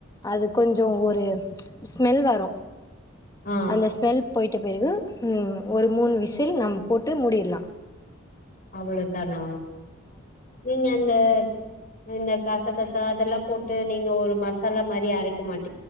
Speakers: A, on the left; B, on the left.
A: அது கொஞ்சோ ஒரு ஸ்மெல் வரும்
B: ஆ
A: அந்த ஸ்மெல் போய்ட்ட பிறகு ம் ஒரு மூணு விசில் நம் போட்டு மூடிடலா
B: அவ்ளோதானா நீங்க அந்த இந்த காச பசா அதெல்லாம் போட்டு நீங்க ஒரு மசாலா மாரி அரைக்க மாட்